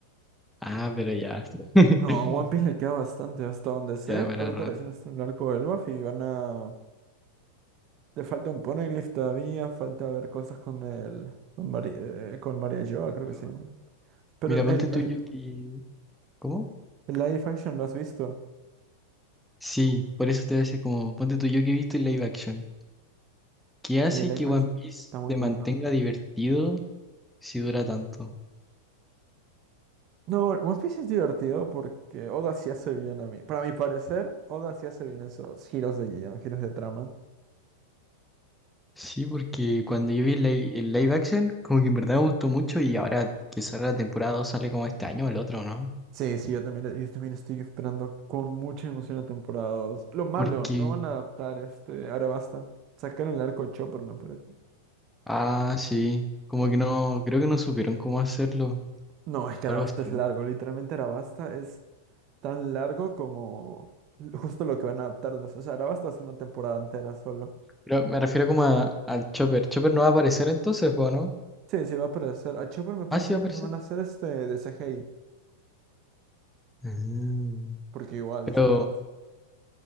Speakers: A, in the centre; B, on the right.
A: Ah, pero ya. <laughs>
B: No, a One Piece le queda bastante hasta donde sé.
A: Ya para
B: Ahorita
A: rato.
B: recién está en el arco del Luffy y van a... Le falta un Poneglyph todavía, falta ver cosas con el... con, Mari- eh, con María Joa, creo
A: Pero
B: que se llama. Pero
A: Mira,
B: el,
A: ponte
B: el,
A: tuyo
B: el,
A: que... ¿Cómo?
B: el live action, ¿lo has visto?
A: Sí, por eso te hace como... Ponte tú yo que he visto el live action. ¿Qué hace
B: Sí, el live
A: que One
B: action
A: Piece
B: está muy
A: se
B: bueno.
A: mantenga divertido si dura tanto?
B: No, One Piece es divertido porque Oda sí hace bien a mí. Para mi parecer, Oda sí hace bien esos giros de guión, giros de trama.
A: Sí, porque cuando yo vi el li- el live action, como que en verdad me gustó mucho y ahora que sale la temporada 2 sale como este año o el otro, ¿no?
B: Sí, sí, yo también, yo también estoy esperando con mucha emoción la temporada 2. Lo malo,
A: Porque,
B: no van a adaptar este Arabasta. Sacaron el arco de Chopper, me parece.
A: ah, sí, como que no, creo que no supieron cómo hacerlo,
B: No, es que
A: o
B: Arabasta
A: algo así.
B: es largo. Literalmente Arabasta es tan largo como justo lo que van a adaptar. de eso. O sea, Arabasta es una temporada entera solo.
A: Pero me refiero como a- al Chopper. ¿Chopper no va a aparecer entonces, po, no?
B: Sí, sí, va a aparecer. A Chopper me parece
A: Ah, sí va a
B: que
A: aparecer.
B: no van a hacer este de CGI.
A: Ah,
B: Porque igual,
A: Pero
B: este... con-